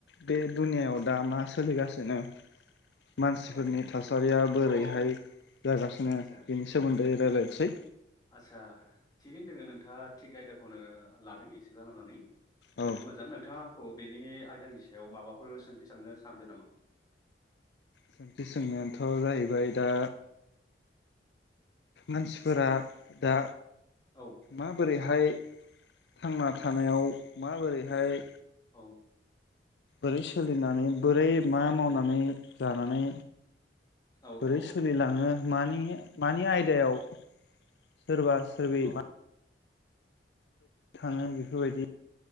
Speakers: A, on the left; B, on the left.
A: बे दुनियाआव दा मा सोलिगासिनो मानसिफोरनि
B: औ
A: थासारिया बोरैहाय
B: औ
A: जागासिनो
B: आदसा
A: बेनि सोमोन्दै
B: आदसा
A: राय्लायनोसै
B: आदसा थिगैनो दोङो नोंथाङा थिग आयदाखौनो लादों एक्सेप्ट खालामनानै
A: औ
B: जोबोद मोजां नोंथाङा आंखौ बेनि आयदानि सायाव माबाफोर सोंथि साननो सानदों नामा
A: सोंथि सोंनायाथ' जाहैबाय दा मानसिफोरा दा
B: औ
A: माबोरैहाय थांना थानायाव माबोरैहाय
B: औ
A: बोरै सोलिनानै बोरै मा मावनानै
B: औ
A: जानानै
B: औ
A: बोरै
B: औ
A: सोलिलाङो मानि मानि आयदायाव सोरबा सोरबि
B: औ औ
A: मा थाङो बेफोरबायदि